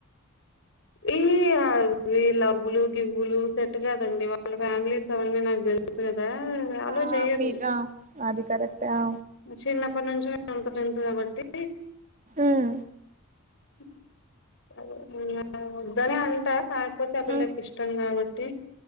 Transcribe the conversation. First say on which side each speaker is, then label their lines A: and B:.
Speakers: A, on the left; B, on the right.
A: ఈ ఈ కాదు ఈ లవ్ లు గివ్ బ్లూ సెట్ కాదండి వాళ్ళ ఫ్యామిలీస్ అవన్నీ నాకు దేలుసు గాద బ్యావ్ అలో
B: ఆ
A: చేయరు
B: మీకా అది కరెక్టే ఆ
A: చిన్నప్పటి నుంచి మేమంతా ఫ్రెండ్స్ కాబట్టి
B: ఉమ్
A: <unintelligible> వద్దనే అంట కాకపోతే ఆ పిల్లకి
B: ఉమ్
A: ఇష్టం కాబట్టి